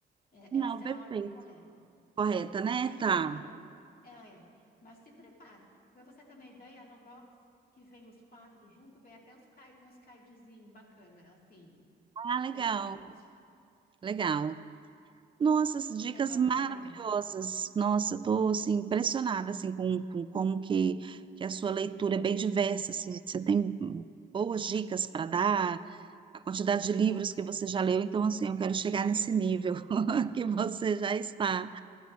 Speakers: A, on the left (about 45°); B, on the right (about 25°).
A: É,
B: Não,
A: essa
B: perfeito.
A: é a ordem correta.
B: Correta, né?
A: É muito
B: Tá.
A: bom. É, é. Mas se prepara. Para você ter uma ideia, no box que vem os quatro junto, vem até uns, card, uns cardzinhos bacana, assim,
B: Ah, legal,
A: bem picante.
B: legal. Nossa, as dicas
A: É bom
B: maravilhosas.
A: também.
B: Nossa, estou assim, impressionada assim, com, com como que, que a sua leitura é bem diversa. Assim, você tem hum, boas dicas para dar, a quantidade de livros que você já leu. Então, assim, eu quero chegar nesse nível <laughs> que você já está.